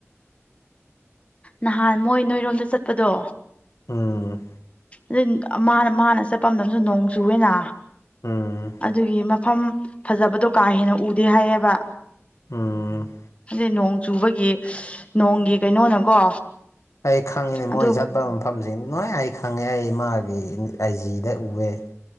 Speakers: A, on the left; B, on the left.
A: ꯅꯍꯥꯟ ꯃꯣꯏ ꯅꯣꯏꯔꯣꯝꯗ ꯆꯠꯄꯗꯣ
B: ꯎꯝ
A: ꯑꯗꯨ ꯃꯥ ꯃꯥꯅ ꯆꯠꯄ ꯃꯇꯝꯗꯝꯁꯨ ꯅꯣꯡ ꯆꯨꯋꯦꯅ
B: ꯎꯝ
A: ꯑꯗꯨꯒꯤ ꯃꯐꯝ ꯐꯖꯕꯗꯣ ꯀꯥ ꯍꯦꯟꯅ ꯎꯗꯦ ꯍꯥꯏꯌꯦꯕ
B: ꯎꯝ
A: ꯑꯗꯨꯗꯤ ꯅꯣꯡ ꯆꯨꯕꯒꯤ ꯅꯣꯡꯒꯤ ꯀꯩꯅꯣꯅꯀꯣ
B: ꯑꯩ ꯈꯪꯉꯤꯅꯦ ꯃꯣꯏ
A: ꯑꯗꯨ
B: ꯆꯠꯄ ꯃꯐꯝꯁꯤ ꯅꯣꯏ ꯑꯩ ꯈꯪꯉꯦ ꯑꯩ ꯃꯥꯥꯒꯤ ꯑꯥꯏꯖꯤꯗ ꯎꯑꯦ